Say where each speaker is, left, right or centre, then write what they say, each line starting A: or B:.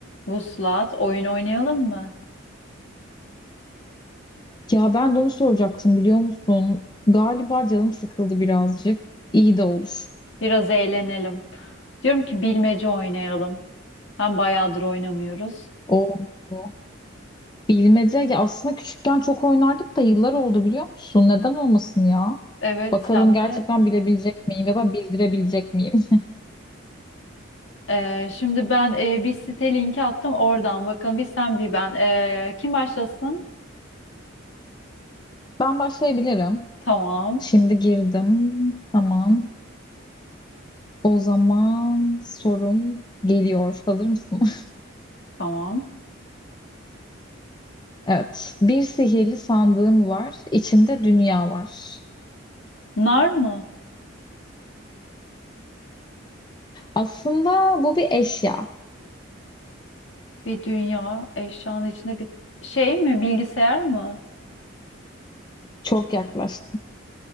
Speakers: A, on the left (about 70°); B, on the left (about 20°).
A: Vuslat, oyun oynayalım mı?
B: Ya ben de onu soracaktım biliyor musun? Galiba canım sıkıldı birazcık. İyi de olur.
A: Biraz eğlenelim. Diyorum ki bilmece oynayalım. Hem bayağıdır oynamıyoruz.
B: O bu. Bilmece ya aslında küçükken çok oynardık da yıllar oldu biliyor musun? Neden olmasın ya?
A: Evet
B: Bakalım
A: hem
B: gerçekten
A: de
B: bilebilecek miyim ya da bildirebilecek miyim? <laughs>
A: e, şimdi ben e, bir site linki attım oradan. Bakın bir sen bir ben. E, kim başlasın?
B: Ben başlayabilirim.
A: Tamam,
B: Şimdi girdim. Tamam. O zaman sorum geliyor. Hazır mısın? <laughs>
A: tamam.
B: Evet. Bir sihirli sandığım var. İçinde dünya var.
A: Nar mı?
B: Aslında bu bir eşya.
A: Bir dünya eşyanın içinde bir şey mi? Bilgisayar mı?
B: Çok yaklaştın.